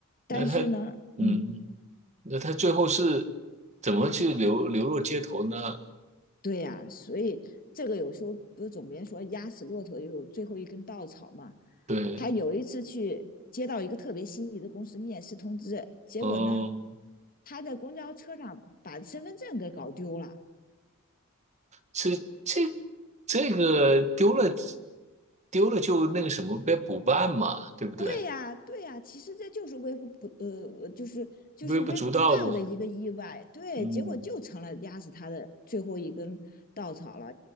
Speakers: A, on the right; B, on the left.
A: 那他
B: 但是呢，
A: 嗯，
B: 嗯，
A: 那他最后是怎么去流流落街头呢？
B: 对呀、啊所以这个有时候不是总别人说压死骆驼也有最后一根稻草嘛。
A: 对，
B: 他有一次去接到一个特别心仪的公司面试通知，结果呢，
A: 哦，
B: 他在公交车上把身份证给搞丢了。
A: 这这这个丢了丢了就那个什么呗，补办嘛，对不对？
B: 对呀，对呀，其实这就是微不不呃，我就是就是微不足道的一个意外，
A: 微不足道的，
B: 对，
A: 嗯，
B: 结果就成了压死他的最后一根稻草了。